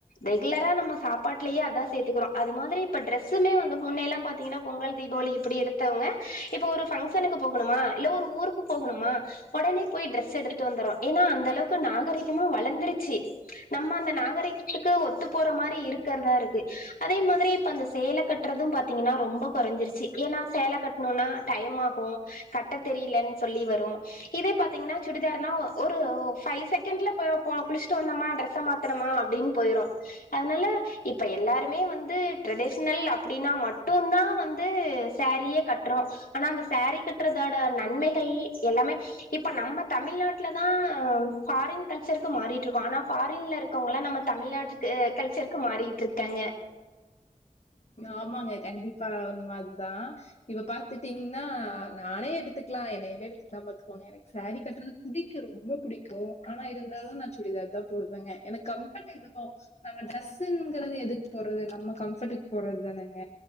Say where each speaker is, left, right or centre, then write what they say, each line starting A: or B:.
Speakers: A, on the left (about 80°); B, on the left (about 50°).
A: ரெகுலரா நம்ம சாப்பாட்லயே அதா சேத்துக்குறோ அது மாதிரி இப்ப டிரெஸ்ஸுமே வந்து முன்ன எல்லா பாத்தீங்கன்னா பொங்கல் தீபாவளி இப்பிடி எடுத்தவங்க இப்ப ஒரு ஃபங்க்ஷனுக்கு போகணுமா இல்ல ஒரு ஊருக்கு போகணுமா ஒடனே போய் ட்ரெஸ் எடுத்துட்டு வந்துருவோ ஏன்னா அந்த அளவுக்கு நாகரிகமும் வளர்ந்துருச்சு நம்ம அந்த நாகரிகத்துக்கு ஒத்து போற மாரி இருக்கறதா இருக்கு அதே மாரி இப்ப அந்த சேல கட் றது பாத்தீங்கன்னா ரொம்ப கெறைஞ்சிருச்சு ஏன்னா சேல கட்ணுன்னா டைமாகு கட்ட தெரியலன்னு சொல்லி வரு இதே பாத்தீங்கன்னா சுடிதார்னா ஒரு ஃபைவ் செகண்ட்ல போய் குளிச்சுட்டு வந்தோமா டிரெஸ்ஸ மாத்தனமா அப்டின்னு போயிரு அதனால இப்ப எல்லாருமே வந்து ட்ரெடிஷனல் அப்டின்னா மட்டு தா வந்து சேரீயே கட்றோ ஆனா அந்த சேரீ கட்றதோட நன்மைகள் எல்லாமே இப்ப நம்ம தமிழ்நாட் லதா ஃபாரின் கல்ச்சருக்கு மாறிட்டுருக்கோ ஆனா ஃபாரின்ல இருக்கவங்கள நம்ம தமிழ்நாட்டு அ கல்ச்சருக்கு மாறிட்டுருக்காங்க
B: ஆமாங்க கண்டிப்பா உண்ம அதுதா இப்ப பாத்துட்டீஙன்னா நானே எடுத்துக்கலா என்னயவே எடுத்துக்கலா பாத்துக்கோங்க எனக் சாரீ கட்றது புடிக்கு ரொம்ப புடிக்கு ஆனா இருந்தாலும் நா சுடிதார் தா போடுவேங்க எனக்கு கம்பர்ட் எதுவோ நம்ம டிரெஸ்ங்குறது எதுக்கு போறது நம்ம கம்பர்ட்க் போறதுதானங்க